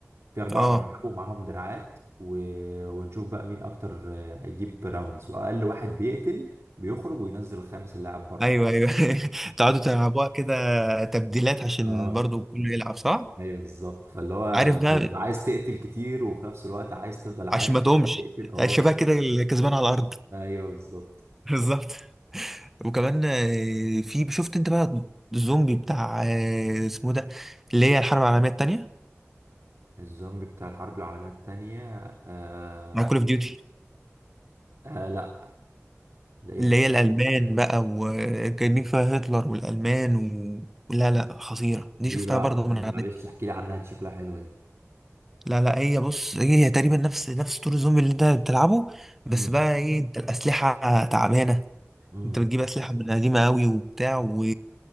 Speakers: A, on the right; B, in the centre.
A: في أربعة
B: آه،
A: بيلعبوا معاهم دراعات و... ونشوف بقى مين أكتر آه، هيجيب راوندز وأقل واحد بيقتل بيخرج وينزل الخامس اللاعب بره
B: ايوه ايوه <laughs> تقعدوا تلعبوها كده تبديلات عشان
A: اه
B: برضو كله يلعب صح
A: ايوه بالظبط فاللي هو انت
B: عارف بقى
A: بتبقى عايز تقتل كتير وفي نفس الوقت عايز تفضل عايش
B: عشان ما تقومش
A: <laughs> تقتل اه
B: الشباب كده اللي كسبان على الارض <laughs>
A: ايوه بالظبط
B: بالظبط وكمان آه، في شفت انت بقى الزومبي بتاع آه، اسمه ده اللي هي الحرب العالميه الثانيه
A: الزومبي بتاع الحرب العالمية التانية آه...
B: مع كول اوف ديوتي
A: آه لا ده ايه
B: اللي
A: الحب
B: هي الألمان بقى وجايبين فيها هتلر والألمان و... لا لا خطيرة دي
A: دي
B: شفتها
A: بقى
B: برضه
A: يعني
B: من على
A: معلش
B: النت
A: احكي لي عنها دي شكلها حلوة دي
B: لا لا هي بص هي تقريبا نفس نفس طور الزومبي اللي انت بتلعبه بس
A: امم
B: بقى ايه انت الأسلحة تعبانة
A: امم
B: انت بتجيب أسلحة من قديمة قوي وبتاع و